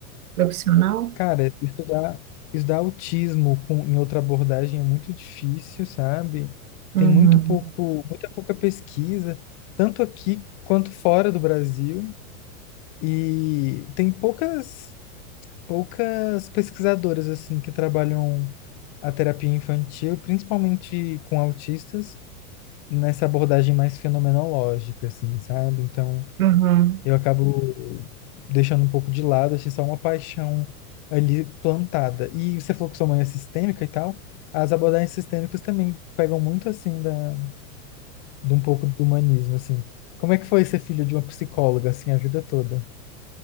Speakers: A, on the right; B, on the left.
A: Profissional?
B: cara, estudar, estudar autismo com, em outra abordagem é muito difícil, sabe?
A: Uhum.
B: Tem muito pouco, muita pouca pesquisa, tanto aqui quanto fora do Brasil. E tem poucas poucas pesquisadoras assim que trabalham a terapia infantil, principalmente com autistas, nessa abordagem mais fenomenológica, assim, sabe? Então,
A: Uhum.
B: eu acabo deixando um pouco de lado, achei só uma paixão ali plantada. E você falou que sua mãe é sistêmica e tal. As abordagens sistêmicas também pegam muito assim da, de um pouco do humanismo, assim. Como é que foi ser filho de uma psicóloga assim a vida toda?